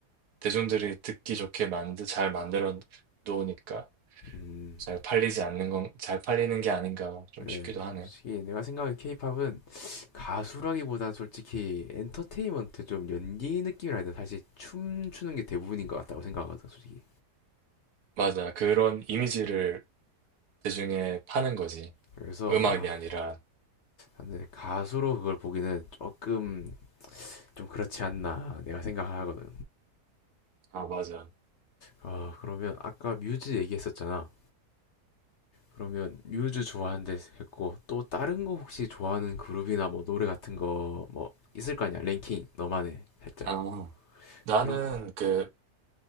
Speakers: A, on the right; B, on the left.
A: 대중들이 듣기 좋게 만드, 잘 만들어 놓으니까
B: 음,
A: 잘 팔리지 않는 건, 잘 팔리는 게 아닌가 좀
B: 그래.
A: 싶기도 하네.
B: 솔직히 내가 생각해 케이팝은 가수라기보단 솔직히 엔터테인먼트 좀 연기 느낌이라 해야 되나? 사실 춤추는 게 대부분인 것 같다고 생각하거든, 솔직히.
A: 맞아. 그런 이미지를 대중에 파는 거지.
B: 그래서
A: 음악이
B: 아,
A: 아니라.
B: 근데 가수로 그걸 보기는 조금 좀 그렇지 않나 내가 생각하거든.
A: 아, 맞아.
B: 아, 그러면 아까 뮤즈 얘기했었잖아. 그러면 뮤즈 좋아하는데 했고 또 다른 거 혹시 좋아하는 그룹이나 뭐 노래 같은 거 뭐 있을 거 아니야? 랭킹 너만의 살짝.
A: 아. 나는
B: 그럼
A: 그